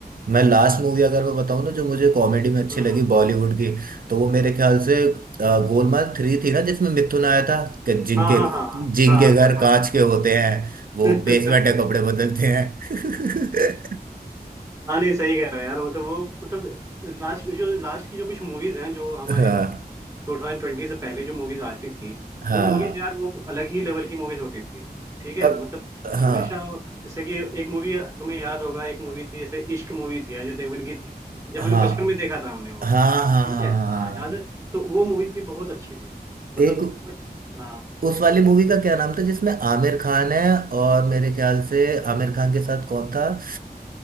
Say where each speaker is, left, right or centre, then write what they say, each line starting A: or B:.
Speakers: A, on the right (about 60°); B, on the right (about 20°).
A: मैं लास्ट मूवी अगर मैं बताऊं ना जो मुझे कॉमेडी में अच्छी
B: हाँ
A: लगी बॉलीवुड की तो वो मेरे ख्याल से अ, गोलमाल थ्री थी ना जिसमें मिथुन आया था कि जिनके
B: हाँ हाँ हाँ
A: जिनके
B: हाँ हाँ
A: घर
B: Good
A: कांच के होते हैं वो
B: morning
A: बेसमेंट के कपड़े बदलते हैं
B: <laughs> हाँ नहीं सही कह रहे हो यार मतलब वो मतलब लास्ट जो लास्ट की जो कुछ मूवीज हैं जो हमारी
A: <laughs> हाँ
B: मतलब टू थाउजेंड ट्वेंटी से पहले जो मूवीज आती थी
A: हाँ
B: वो मूवीज यार वो अलग ही लेवल की मूवीज होती थी ठीक है
A: अब
B: मतलब
A: हाँ
B: हमेशा जैसे कि एक मूवी तुम्हें याद होगा एक मूवी थी जैसे इश्क मूवी थी अजय देवगन की थी जब
A: हाँ
B: हम लोग बचपन में देखा था हमने वो
A: हाँ हाँ हाँ
B: ठीक है
A: हाँ।
B: हाँ
A: हाँ, हाँ।
B: याद है? तो वो मूवी थी बहुत अच्छी थी मतलब
A: एक
B: हाँ
A: उस वाली मूवी का क्या नाम था जिसमें आमिर खान है और मेरे ख्याल से आमिर खान के साथ कौन था अ,